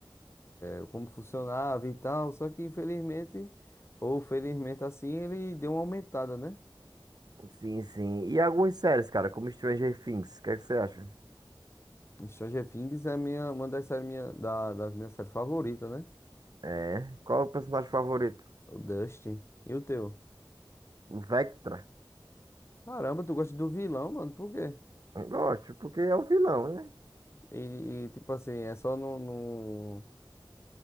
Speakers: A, on the left; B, on the right.
A: eh, como funcionava e tal. Só que infelizmente, ou felizmente assim, ele deu uma aumentada, né?
B: Sim, sim. E algumas séries, cara, como Stranger Things, o que é que você acha?
A: Stranger Things é minha, uma das séries minha, da, das minhas séries favoritas, né?
B: É. Qual é o personagem favorito?
A: O Dustin. E o teu?
B: O Vectra?
A: Caramba, tu gosta do vilão, mano, por quê?
B: Eu Gosto, porque é o vilão, né?
A: E, e, tipo assim, é só no, no.